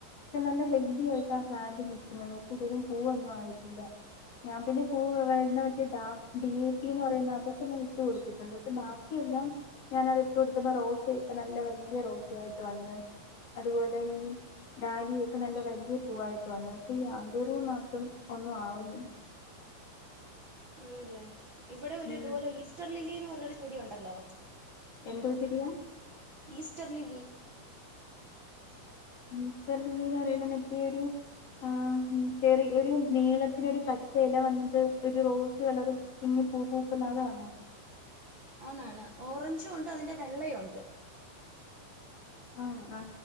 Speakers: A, on the left; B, on the right.
A: പഷെ നല്ല ഹെൽദി ആയിട്ട ആ പ്ലാന്റ് നിക്കുന്നത് പഷെ ഇതുവരെ പൂവൊന്നു ആയിട്ടില്ല. ഞാൻ പിന്നെ പൂ വരുന്ന മറ്റേ ടാ ഡി എ റ്റി എന്ന് പറയുന്ന അതൊക്കെ ഞാൻ ഇട്ട് കൊടുത്തിട്ട് ണ്ട് പഷെ ബാക്കിയെല്ലാം ഞാനത് ഇട്ട് കൊടുത്തപ്പ റോസയൊക്കെ നല്ല വെല്ല്യ റോസ ആയിട്ട് വന്ന്. അത്പോലെ ഈ ഡാലിയൊക്കെ നല്ല വലിയ പൂവായിട്ട് വന്നു പക്ഷേ ഈ ആന്തൂറിയം മാത്രം ഒന്നും ആവുന്നില്ല
B: ആണല്ലേ ഇവിടെ ഒരു
A: ഉം
B: ഇതുപോലെ ഈസ്റ്റർ ലില്ലിന്ന് പറഞ്ഞൊരു ചെടിയ ഒണ്ടല്ലോ
A: എന്തോ ചെടിയാ
B: ഈസ്റ്റർ ലില്ലി
A: ഈസ്റ്റർ ലില്ലിന്ന് പറയുന്ന മറ്റേഒരു ആ ചെറി ഒരു നീളത്തില് ഒരു പച്ച ഇല വന്നിട്ട് ഒരു റോസ് കളർ കുഞ്ഞ് പൂ പൂക്കുന്ന അതാണോ
B: ആന്ന് ആണ് ഓറഞ്ചും ഉണ്ട് അതിന്റെ വെള്ളെ യൂണ്ട്
A: ആ ആ